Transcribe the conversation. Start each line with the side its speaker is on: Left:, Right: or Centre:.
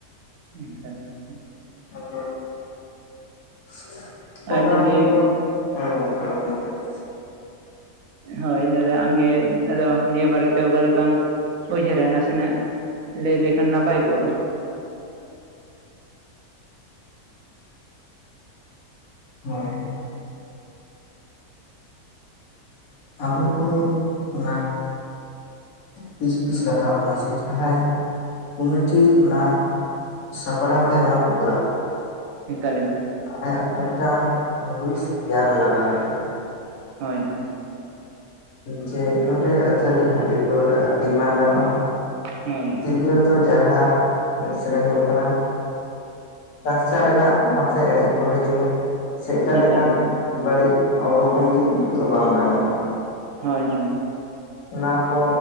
Right: ᱮᱠᱟᱞ ᱜᱚᱝᱠᱮ
Left: <unintelligible> ᱦᱚᱭ ᱜᱚᱝᱠᱮ ᱠᱚ
Right: ᱟᱨ ᱡᱩᱫᱤ
Left: ᱠᱟᱢᱤ ᱠᱟᱱᱟ
Right: ᱦᱳᱭ ᱫᱟᱫᱟ ᱟᱢᱜᱮ ᱟᱫᱚ ᱱᱤᱭᱟᱹ ᱵᱟᱨᱮᱛᱮ ᱚᱠᱟᱮ ᱞᱮᱠᱟᱢ ᱩᱭᱦᱟᱹᱨᱟ ᱱᱟᱥᱮᱱᱟᱜ᱾ ᱞᱟᱹᱭ ᱞᱮᱠᱷᱟᱱ ᱱᱟᱯᱟᱭ ᱠᱚᱜᱼᱟ?
Left: ᱦᱮᱸ ᱟᱵᱚ ᱠᱚ ᱚᱱᱟ ᱯᱤᱥ ᱯᱤᱥ ᱞᱟᱜᱟᱣ ᱵᱚᱱᱟᱹ ᱥᱮ ᱡᱟᱦᱟᱸᱭ ᱠᱚᱢᱤᱴᱤ ᱚᱱᱟ ᱥᱟᱯᱲᱟᱣᱫᱟᱭ ᱚᱱᱟ ᱯᱨᱳᱜᱨᱟᱢ᱾
Right: ᱮᱠᱟᱞ ᱮᱠᱟᱞ
Left: ᱟᱭᱟᱜ ᱢᱤᱫᱴᱟᱝ ᱨᱩᱥ ᱛᱮᱭᱟᱨ ᱞᱟᱜᱟᱣᱭᱟ᱾
Right: ᱦᱳᱭ ᱦᱳᱭ
Left: ᱡᱮ ᱱᱚᱸᱰᱮ ᱟᱹᱛᱟᱹᱲᱤᱡ ᱦᱟᱺᱰᱤ ᱯᱟᱹᱣᱨᱟᱹ ᱟᱠᱷᱨᱤᱧ ᱵᱟᱝ ᱜᱟᱱᱚᱜᱼᱟ᱾
Right: ᱦᱳᱭ
Left: ᱛᱤᱭᱚᱛᱚ ᱡᱟᱦᱟᱸ, ᱮᱱᱮᱡ ᱥᱮᱨᱮᱧ ᱦᱳᱭᱳᱜ ᱠᱟᱱᱟ᱾ ᱞᱟᱠᱪᱟᱨ ᱨᱮᱱᱟᱜ ᱵᱷᱟᱵᱛᱮ ᱮᱱᱮᱡ ᱠᱚ ᱦᱩᱭ ᱦᱳᱭᱪᱩᱱᱤᱡ᱾ ᱥᱮ ᱮᱴᱟᱜ
Right: ᱮᱠᱟᱞ
Left: ᱞᱮᱠᱟᱱ
Right: ᱮᱠᱟᱞ
Left: ᱵᱟᱹᱲᱤᱡ ᱚᱝᱜᱚᱵᱷᱚᱝᱜᱤ ᱩᱫᱩᱜ ᱫᱚ ᱵᱟᱝ ᱜᱟᱱᱚᱜᱼᱟ᱾
Right: ᱦᱳᱭ ᱦᱳᱭ
Left: ᱚᱱᱟ ᱠᱚ